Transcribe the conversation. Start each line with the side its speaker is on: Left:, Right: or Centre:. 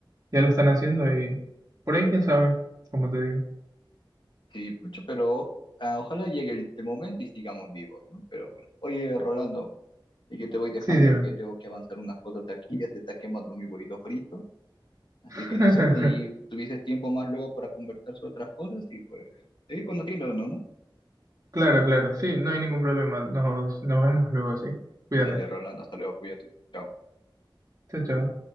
Right: ya lo están haciendo y por ahí quién sabe, como te digo.
Left: Sí, pucha, pero ah, ojalá llegue el, el momento y sigamos vivos, ¿no? Pero bueno. Oye, Rolando. Y yo te voy dejando
Right: Sí, dime.
Left: que tengo que avanzar unas cosas aquí, ya se está quemando mi huevito frito. Así
Right: <laughs>
Left: que no sé si tuvieses tiempo más luego para conversar sobre otras cosas y pues seguir conociéndonos, ¿no?
Right: Claro, claro, sí, no hay ningún problema. Nos, nos vemos luego, sí. Cuídate.
Left: Dale, Rolando, hasta luego, cuídate. Chao.
Right: Chao, chao.